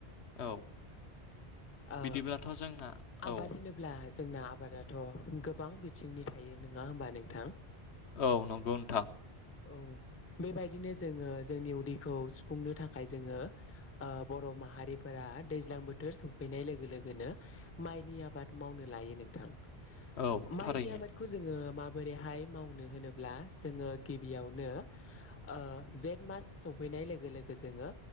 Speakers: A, on the left; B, on the left.
A: औ
B: ओ
A: बिदिब्लाथ' जोंना
B: आबाद
A: औ
B: होनोब्ला जोंना आबादाथ' गोबां बिथिंनि थायो नङा होमबा नोंथां?
A: औ नंगौ नोथां
B: औ बेबायदिनो जोङो जोंनि उदैखौ सुफुंनो थाखाय जोङो ओ बर' माहारिफोरा दैज्लां बोथोर सफैनाय लोगो लोगोनो माइनि आबाद मावनो लायो नोंथां। माइनि
A: औ थारैनो
B: आबादखौ जोङो माबोरैहाय मावनो होनोब्ला जोङो गिबियावनो ओ जेठ मास सफैनाय लोगो लोगो जोङो